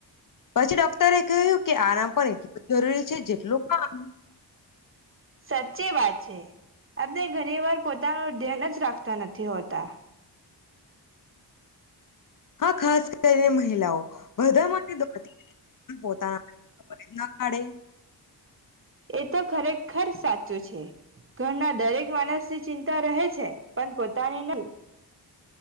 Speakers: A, on the left; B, on the right.
A: પછી ડોક્ટરે કહ્યું કે આરામ પણ એટલું જ જરૂરી છે જેટલું કામ
B: સાચ્ચી વાત છે, આપને ઘણી વાર પોતાનું ધ્યાન જ રાખ તા નથી હોતા.
A: હા, ખાસ કરીને મહિલાઓ, બધામાંટે દોડતી રે પણ પોતાના માટે <inaudible> ના ખાડે
B: એ તો ખરેખર સાચું છે, ઘરના દરેક માણસ તે ચિંતા રહે છે. પન પોતાની નહી